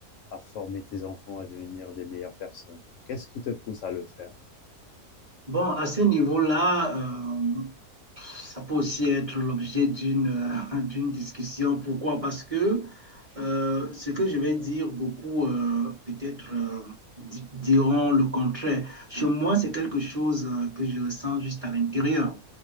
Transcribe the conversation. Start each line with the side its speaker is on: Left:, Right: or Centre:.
Left: à former tes enfants à devenir des meilleures personnes Qu'est-ce qui te pousse à le faire
Right: Bon, à ce niveau-là, euh, ça peut aussi être l'objet d'une euh, d'une discussion. Pourquoi? Parce que euh, ce que je vais dire, beaucoup euh, peut-être euh, diront le contraire. Chez moi, c'est quelque chose euh, que je ressens juste à l'intérieur.